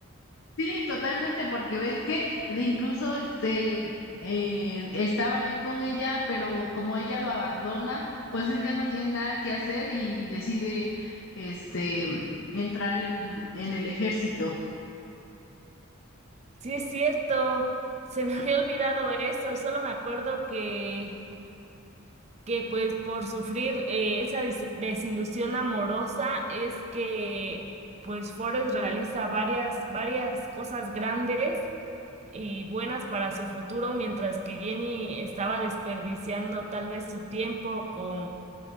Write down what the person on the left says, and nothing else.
Sí, totalmente, porque ves que de incluso este em, eh, estaba él con ella, pero como ella lo abandona, pues él ya no tiene nada que hacer y decide este entrar en, en el ejército.